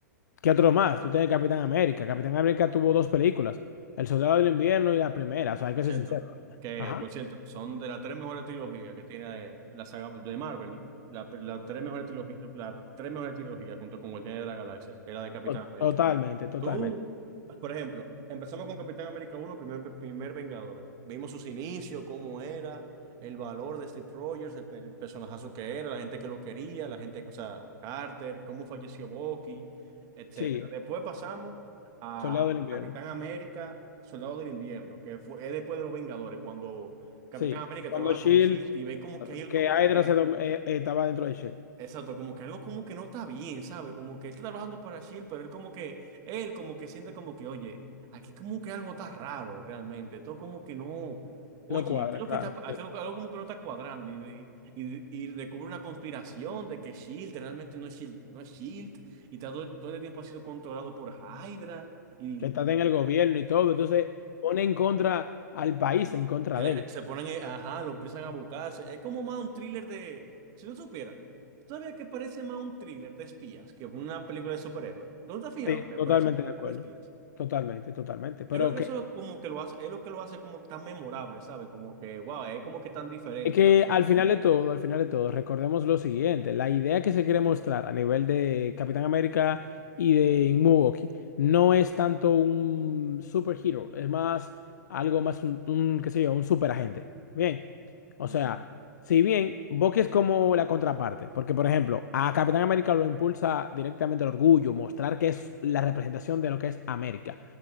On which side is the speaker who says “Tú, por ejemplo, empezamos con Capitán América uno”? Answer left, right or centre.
Right